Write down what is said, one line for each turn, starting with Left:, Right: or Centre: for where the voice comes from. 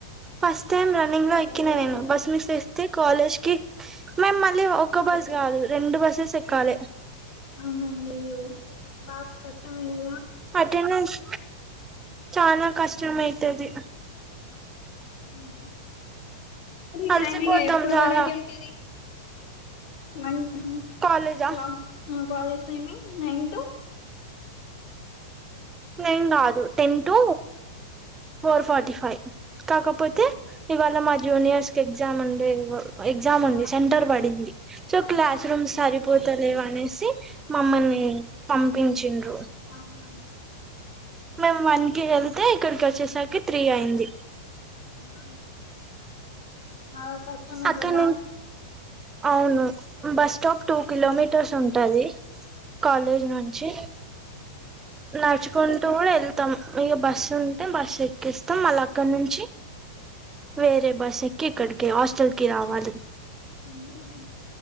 Right: ఫస్ట్ టైం రన్నింగ్ లో
Left: అయ్యో
Right: ఎక్కినా. నేను
Left: నే-
Right: బస్ మిస్ చేస్తే కాలేజ్ కి మేం ల్లి ఒక్క బస్
Left: అయింది
Right: కాదు
Left: కదా?
Right: రెండు బస్సెస్ ఎక్కాలే.
Left: అవునండి అయ్యో బాగా కష్టమైనైనద.
Right: అటెండెన్స్ చాలా కష్టం అయితది.
Left: ఉహ్ హు మరి
Right: అలసిపోతాం
Left: టైమింగ్ ఎప్పుడు
Right: చాలా
Left: వరకె ఉంటది. వన్ ఆ
Right: కాలేజా
Left: వ ఆ college timing nine to
Right: nine కాదు ten to four forty five. కాకపోతే
Left: అవునండి
Right: ఇవాళ మా జూనియర్స్ కి ఎగ్జామ్ ఉండేవ్ ఎగ్జామ్ ఉంది
Left: అవునా
Right: సెంటర్ పడింది. సో
Left: అవునా
Right: క్లాస్ రూమ్ సరిపోతలేవానేసి. మమ్మల్ని పంపించిండ్రు
Left: హాలిడే? అవునండి
Right: మేము వన్ కి వెళ్తే ఇక్కడికి వచ్చేసరికి త్రీ అయింది
Left: అవునా చాలా కష్టమే
Right: అక్క
Left: కదా
Right: ను అవును బస్ స్టాప్ టూ కిలోమీటర్స్ ఉంటది కాలేజ్ నుంచి నడుచుకం డు వెళ్తాం ఇక బస్సు ఉంటే బస్ ఎకిస్తాం మళ్ళ అక్కడ నుంచి వేరే బస్ ఎక్కి ఇక్కడికి హస్టల్కి రావాలి
Left: అయ్యో